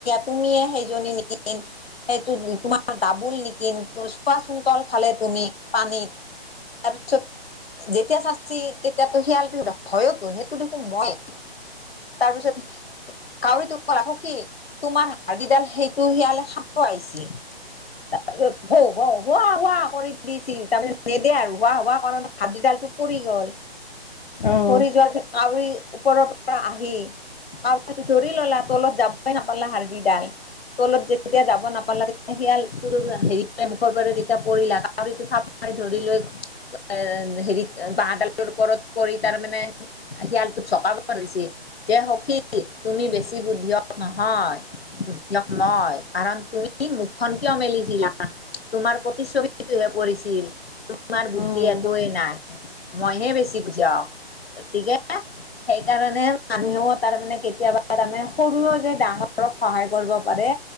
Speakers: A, on the left; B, on the left.
A: তুমিয়ে সেইজনী নিক সেইটো তোমাৰ ডাবোুল নিকিন চোৱা চন্তল খালে তুমি পানীত তাৰপিছত যেতিয়া চাি এতিয়াতো শিয়াল বিহুত হয়য়তোন সেইটো দেখোন মই তাৰ পিছত কাউৰীটো কলা সখি তোমাৰ হড় দিডাল সেইটো শিয়াল পাইছে তাৰপিছত ভ ভ হুৱ হুৱ কৰি দিছ তাৰমানে নেদে আৰু হোৱা হোৱা কাৰণ ভাত দিডালটো পৰি গল
B: অ',
A: পৰি যোৱাৰ কাউৰ ওপৰৰ পৰা আহি কাৰবাৰ ধৰি ললা তলত যাবই নাপালা হাৰ্ দিি ডাল তলত যেতিয়া দাব নাপালা তেতিয়া শিয়াল হেৰি মুখৰ বাৰ যেতিয়া পৰিলা ধৰি লৈ এ হেৰিত বাঁাহডালৰ ওপৰত পৰি তাৰ মমানে শিয়ালটোোক চকাব ধৰিছে যে সখী তুমি বেছি বুদ্ধি হক নহয় সুধ লক মই কাৰণ তুমি মুখখন কিয় মেলিছিলা তোমাৰ প্ৰতিচ্ছবিটোহে পৰিছিল তোমাৰ বুদ্ধি
B: অ', অ',
A: একোৱেই নাই মইহে বেছি পুঠিয়া িকে সেইকাৰণে মানুহেও তাৰমানানে কেতিয়াবা তাৰমানে সৰুও যে ডাঙৰক সহায় কৰিব পাৰে